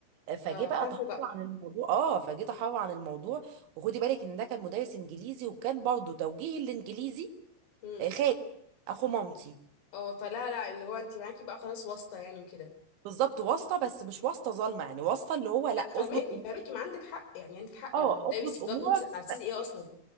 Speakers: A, on the right; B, on the left.
A: فجه
B: فخافوا
A: بقى تحرر
B: بقى
A: عن الموضوع اه فجه تحرر عن الموضوع وخدي بالك ان ده كان مدرس انجليزي وكان برضه توجيه الانجليزي
B: امم
A: آه، خالد اخو مامتي
B: اه فلا لا اللي هو انت معاكي بقى خلاص واسطه يعني وكده
A: بالظبط واسطه بس مش واسطه ظالمه يعني واسطه اللي هو لا
B: لا فهماكي
A: اظبط امورك
B: فهماكي ما عندك حق يعني عندك حق
A: اه
B: هو ده
A: اظبط
B: بيسيبني
A: امورك
B: بس على اساس
A: ما
B: ايه اصلا